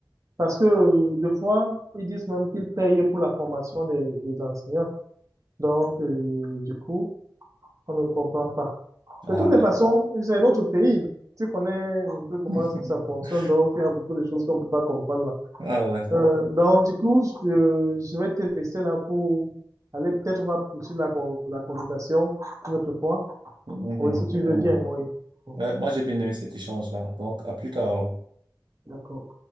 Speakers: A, on the right (about 40°); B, on the right (about 75°).
A: Parce que, euh, des fois, ils disent même qu'ils payent pour la formation des, des enseignants. Donc, euh, du coup, on ne comprend pas.
B: Ah,
A: De toutes les
B: euh.
A: façons, c'est notre pays. Tu connais un peu comment
B: <laughs>
A: est-ce que ça fonctionne, donc il y a beaucoup de choses qu'on ne peut pas comprendre là.
B: ah ouais.
A: Euh, donc, du coup, je, je vais te laisser là pour aller, peut-être on va poursuivre la, con- la conversation une autre fois.
B: Mhm,
A: Oui, si tu veux
B: mhm.
A: bien, oui. Bon,
B: Ouais, moi, j'ai bien aimé cet échange-là. Donc, à plus tard. alors.
A: D'accord.